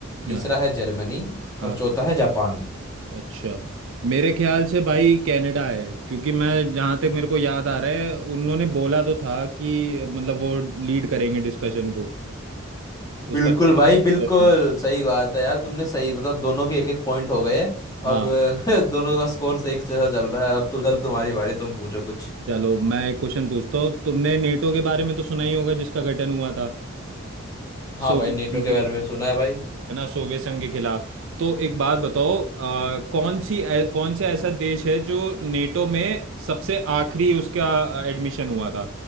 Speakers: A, on the left; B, on the right.
A: तीसरा
B: हाँ
A: है जर्मनी
B: हाँ,
A: और चौथा है जापान
B: अच्छा मेरे ख्याल से भाई कनाडा है क्योंकि मैं जहाँ तक मेरे को याद आ रहा है उन्होंने बोला तो था कि मतलब वो लीड करेंगे डिस्कशन को
A: बिल्कुल
B: उसका <laughs>
A: भाई बिल्कुल सही बात है यार तुमने सही मतलब दोनों के एक एक पॉइंट हो गए
B: हाँ
A: अब <laughs> दोनों का स्कोर एक जैसा चल रहा है अब तो चल तुम्हारी बारी तुम पूछो कुछ
B: चलो मैं एक क्वेश्चन पूछता हूँ तुमने नेटो के बारे में तो सुना ही होगा जिसका गठन हुआ था
A: हाँ
B: सोवियत
A: भाई नेटो
B: संघ
A: के
B: को
A: बारे में सुना है भाई
B: है ना सोवियत संघ के खिलाफ तो एक बात बताओ अ, कौन सी ऐ- कौन सा ऐसा देश है जो नेटो में सबसे आखिरी उसका एडमिशन हुआ था